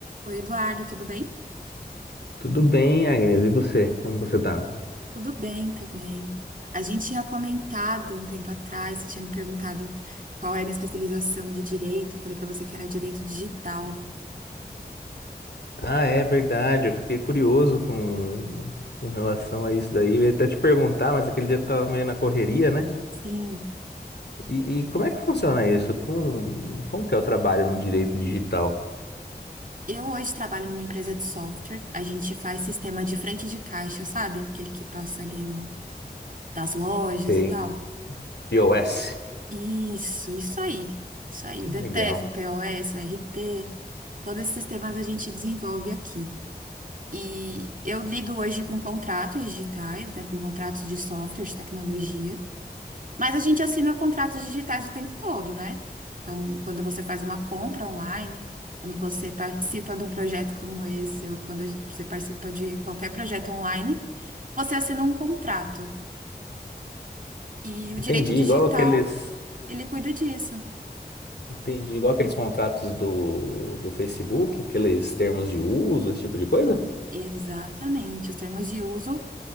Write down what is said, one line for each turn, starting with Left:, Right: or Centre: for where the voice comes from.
Right: Oi, Eduardo, tudo bem?
Left: Tudo bem, Agnes? E você? Como você tá?
Right: Tudo bem também. A gente tinha comentado um tempo atrás, você tinha me perguntado qual é a minha especialização de direito. Eu falei para você que era direito digital.
Left: Ah, é verdade. Eu fiquei curioso com, com relação a isso daí. Eu ia até te perguntar, mas aquele dia eu tava meio na correria, né?
Right: Sim,
Left: E, e como é que funciona isso? Com, como que é o trabalho no direito digital?
Right: eu hoje trabalho numa empresa de software. A gente faz sistema de frente de caixa, sabe? Aquele que passa ali no, das lojas
Left: Sei.
Right: e tal.
Left: iOS.
Right: Isso, isso aí. Isso aí.
Left: Legal.
Right: O DTF, o POS, o RP, todos esses sistemas a gente desenvolve aqui. E eu lido hoje com contratos digitais, né, com contratos de software, de tecnologia, mas a gente assina contratos digitais o tempo todo, né? Então, quando você faz uma compra online, quando você participa de um projeto como esse, ou quando a gente- você participa de qualquer projeto online, você assina um contrato. E o
Left: Entendi,
Right: direito digital,
Left: igual aqueles,
Right: ele cuida disso.
Left: entendi, igual aqueles contratos do, do Facebook, aqueles termos de uso, esse tipo de coisa?
Right: Exatamente, os termos de uso